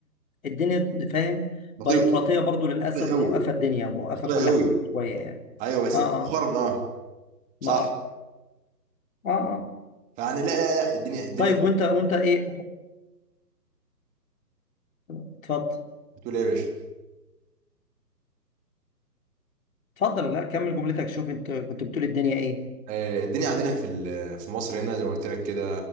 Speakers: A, on the left; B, on the right.
A: الدنيا فاهم
B: بطيئه
A: بيروقراطية برضو للأسف
B: بطيئه قوي
A: موقفة الدنيا موقفة
B: بطيئه
A: كل
B: قوي
A: حاجة شوية يعني
B: ايوه بس
A: اه
B: مؤخرا
A: اه
B: اه صح
A: ما أخ... اه اه
B: فانا لا لا لا الدنيا الدنيا
A: طيب وانت وانت ايه اتفضل
B: بتقول ايه يا باشا
A: اتفضل لا كمل جملتك شوف انت كنت بتقول الدنيا ايه
B: آه، الدنيا عندنا في ال- في مصر هنا زي ما قلت لك كده